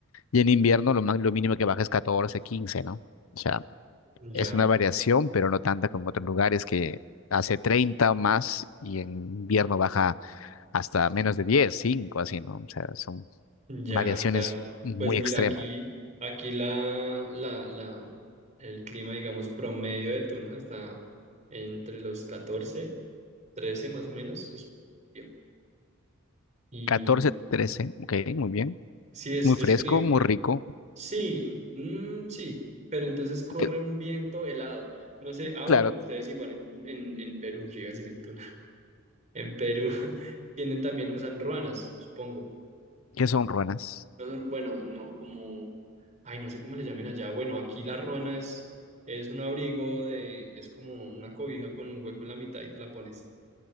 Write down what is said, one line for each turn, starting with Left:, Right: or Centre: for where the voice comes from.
Left: y en invierno lo más, lo mínimo que baja es 14, 15, ¿no? O sea,
Right: Ya,
Left: es una variación, pero no tanta como en otros lugares que hace 30 o más y en invierno baja hasta menos de 10, 5, así, ¿no? O sea, son
Right: ya,
Left: variaciones
Right: claro.
Left: muy
Right: Pues mira,
Left: extremas.
Right: aquí, aquí la, la, la, el clima, digamos, promedio de Tunja está entre los 14, 13 más o menos, es un poco frío. Y
Left: catorce, 13, ok, muy bien,
Right: sí, es,
Left: muy
Right: es
Left: fresco,
Right: frío,
Left: muy rico,
Right: Sí, mm, sí, pero entonces corre
Left: que-
Right: un viento helado. No sé, ah,
Left: claro,
Right: bueno, ustedes igual en, en, en Perú, llega a decir en Tuna, <laughs> en Perú <laughs> tienen también, usan ruanas, supongo.
Left: que son ruanas.
Right: No son- bueno, no, como, ay, no sé cómo le llamen allá. Bueno, aquí la ruana es, es un abrigo de, es como una cobija con un hueco en la mitad y te la pones.